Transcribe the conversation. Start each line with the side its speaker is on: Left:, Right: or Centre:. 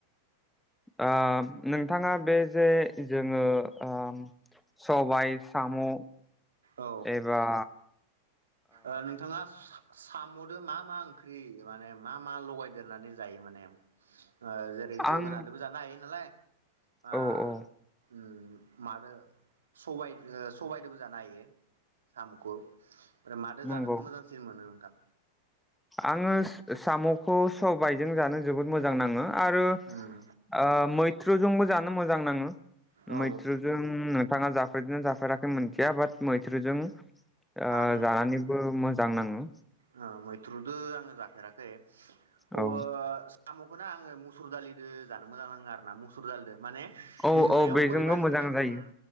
Centre: ओ - नोंथाङा बे जे जोङो ओम- सबाय साम
Right: औ
Centre: एबा
Right: ओ - नोंथाङा सामदो मा - मा ओंख्रि माने मा- मा लगायदेरनानै जायो माने ओ - जेरै
Centre: आं
Right: जोगोनाददोबो जानो हायो नालाय मा
Centre: औ औ
Right: ओम - मादो सबाय-ओ - सबायदोबो जानो हायो सामखो ओमफ्राय मादो
Centre: नंगौ
Right: जानो मोजांसिन मोनो नोंथां
Centre: आङो स-स- सामखौ सबायजों जानो जोबोद मोजां नाङो आरो
Right: उम
Centre: ओ- मैथ-। जानो मोजां नाङो
Right: औ
Centre: मैथ्रुजों बिथाङा जाफेरदोंनो जाफेराखै मोनथिया बाट मैथ्रुजों ओ
Right: आं
Centre: जानानैबो मोजां नाङो
Right: हा मैथ्रुदो आङो जाफेराखै अ
Centre: औ
Right: साम बेखौ ना आङो मुसुर दालिद जानो मोजां नाङो आर ना मुसुर दालिदो माने
Centre: औ
Right: नुनायाव
Centre: औ बेजोंबो
Right: बोरैबा नुयो
Centre: मोजां जायो
Right: ओम